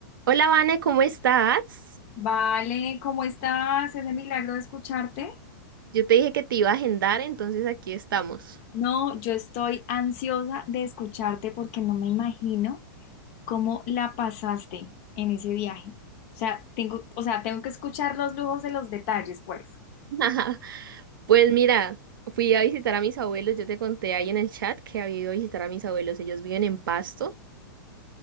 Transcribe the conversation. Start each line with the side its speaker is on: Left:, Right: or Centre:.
Right: Hola, Vane, ¿cómo estás?
Left: Vale, ¿cómo estás? Ese milagro de escucharte.
Right: Yo te dije que te iba a agendar, entonces aquí estamos.
Left: No, yo estoy ansiosa de escucharte porque no me imagino cómo la pasaste en ese viaje. O sea, tengo, o sea, tengo que escuchar los lujos de los detalles, pues.
Right: <laughs> Pues mira, fui a visitar a mis abuelos, yo te conté ahí en el chat que había ido a visitar a mis abuelos, ellos viven en Pasto,